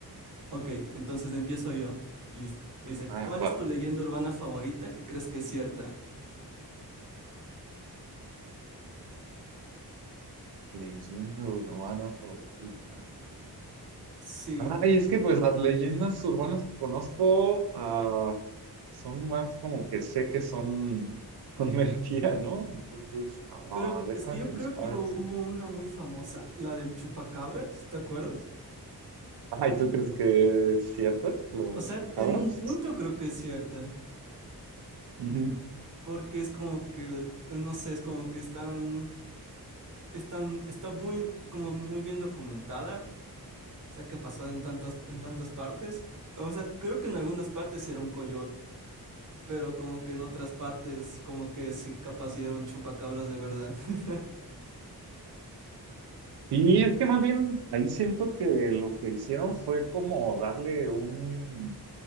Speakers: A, on the right; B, on the right.
A: Ok, entonces empiezo yo. Listo. Te dice,
B: Ah,
A: ¿cuál
B: va.
A: es tu leyenda urbana favorita que crees que es cierta?
B: Leyenda urbana favorita.
A: Sí,
B: Ay, es que pues las leyendas urbanas que conozco ah, son más como que sé que son, son <laughs> mentira, ¿no? Entonces, ah,
A: pero
B: déjame
A: es que yo
B: pensar
A: creo que hu- hubo
B: tantito.
A: una muy famosa, la del chupacabras, ¿te acuerdas?
B: Ajá, ¿y tú crees que es cierto lo
A: O
B: de
A: sea,
B: chupacabras?
A: en un punto creo que es cierta.
B: Ujú.
A: porque es como que, no sé, es como que están, están, está muy, como muy bien documentada, o sea, que ha pasado en tantas, en tantas partes, o sea, creo que en algunas partes sí era un coyote, pero como que en otras partes, como que sí capaz sí era un chupacabras de verdad, <laughs>
B: Y es que más bien ahí siento que lo que hicieron fue como darle un,